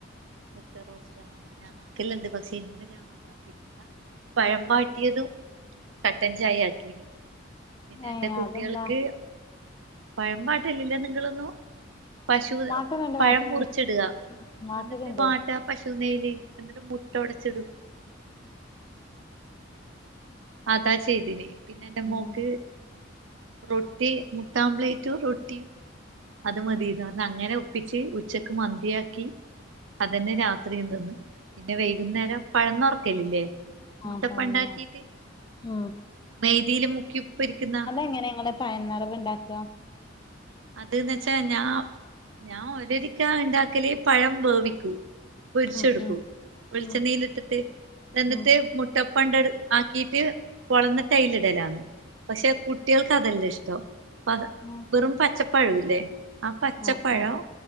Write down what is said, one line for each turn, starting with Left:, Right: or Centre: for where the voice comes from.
Right: മുട്ട റോസ്റ്റ ഞക്കെല്ലാംണ്ട് പക്ഷെ ഇന്ന് ഞാൻ ഒന്നാക്കി പഴം വാട്ടിയതും കട്ടൻ ചായ ആക്കീന് പിന്നെ
Left: ഏഹ്
Right: എന്റെ കുട്ടികൾക്ക്
Left: അതെന്താ
Right: പഴ വാട്ടലില്ലേ നിങ്ങളൊന്നു പശു
Left: വാട്ടലുണ്ട്
Right: പഴം
Left: വാട്ടലുണ്ട്
Right: മുറിച്ചിടുക
Left: വാട്ടലുണ്ടേ
Right: എന്നിട്ട് മുട്ട പശു നെയല് എന്നിട്ട് മുട്ട ഒടച്ചിടും അതാ ചെയ്തീനെ പിന്നെ എന്റെ
Left: ഉം
Right: മോക്ക് റൊട്ടി മുട്ടാമ്പ്ലേറ്റും റൊട്ടിയും അത് മതിയ എന്ന് പറഞ്ഞു അങ്ങനെ ഒപ്പിച്ച് ഉച്ചക്ക് മന്തിയാക്കി അതന്നെ രാത്രിയും തിന്ന് പിന്നെ വൈകുന്നേരം പഴം നറക്കല്ലല്ലേ മുട്ടപ്പ
Left: ആഹ് തന്നെ
Right: ഉണ്ടാക്കിട്ട്
Left: ഉം
Right: മെയദിയില് മുക്കി പൊരിക്കുന്ന
Left: എങ്ങനെങ്ങനെ പയ നിറവ് ഉണ്ടാക്കാ
Right: അത് എന്ന് വെച്ച ഞാ ഞാൻ ഒരിക്ക ആ ഉണ്ടാക്കല് പഴം വേവിക്കൂ പൊരിച്ചെടുക്കൂ
Left: ഉം ഉം
Right: വെളിച്ചെണ്ണീല്
Left: ഉം
Right: ഇട്ടിട്ട് എന്നിട്ട്
Left: ഉം
Right: മുട്ടപ്പം ണ്ട് ആക്കിട്ട് പോളഞ്ഞിട്ട് അയില്ടലാണ് പക്ഷെ കുട്ടിയൾക്ക് അതെല്ലാ ഇഷ്ടം പത
Left: ഉം
Right: വെറും പച്ചപ്പഴംല്ലേ ആ പച്ചപ്പഴം
Left: ആഹ് ആഹ്